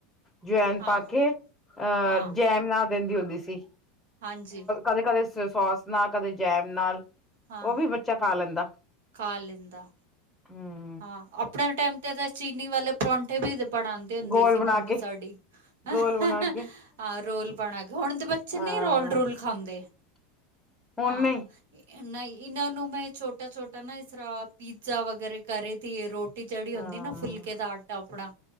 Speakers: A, in the centre; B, on the right (about 80°).
A: ਜਵੈਨ ਪਾ
B: ਹਾਂ
A: ਕੇ, ਅਹ
B: ਹਾਂ
A: ਜੈਮ ਨਾਲ ਦਿੰਦੀ ਹੁੰਦੀ ਸੀ।
B: ਹਾਂਜੀ
A: ਕਦੇ ਕਦੇ ਸੋਸ ਨਾਲ, ਕਦੇ ਜੈਮ ਨਾਲ,
B: ਹਾਂ
A: ਉਹ ਵੀ ਬੱਚਾ ਖਾ ਲੈਂਦਾ।
B: ਖਾ ਲੈਂਦਾ।
A: ਹਮ।
B: ਹਾਂ, ਆਪਣੇ ਟਾਈਮ ਤੇ ਤਾਂ, ਚੀਨੀ ਵਾਲੇ ਪਰੌਂਠੇ ਵੀ ਬਣਾਉਂਦੇ ਹੁੰਦੇ
A: ਗੋਲ
B: ਸੀ
A: ਬਣਾ
B: ਮੰਮੀ
A: ਕੇ
B: ਸਾਡੀ।
A: ਗੋਲ
B: ਆਹ
A: ਬਣਾ ਕੇ
B: ਰੋਲ ਬਣਾਗੇ, ਹੁਣ ਦੇ ਬੱਚੇ
A: ਹਾਂ
B: ਨਹੀਂ ਰੋਲ ਰੂਲ ਖਾਉਂਦੇ।
A: ਹੁਣ
B: ਹਾਂ,
A: ਨਹੀਂ
B: ਨਾ, ਇਹਨਾਂ ਨੂੰ ਮੈਂ ਛੋਟਾ ਛੋਟਾ ਨਾ ਇਸ ਤਰ੍ਹਾਂ ਪੀਜ਼ਾ ਵਗੈਰਾ, ਕਰੇ ਦੀ ਰੋਟੀ ਜਿਹੜੀ
A: ਹਾਂ
B: ਹੁੰਦੀ ਨਾ ਫੁਲਕੇ ਦਾ ਆਟਾ ਆਪਣਾ